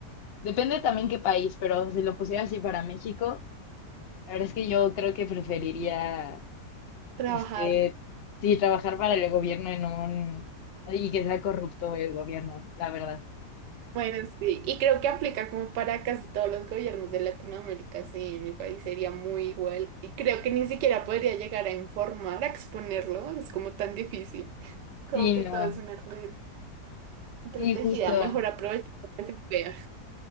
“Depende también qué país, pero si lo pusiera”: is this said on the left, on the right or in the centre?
Left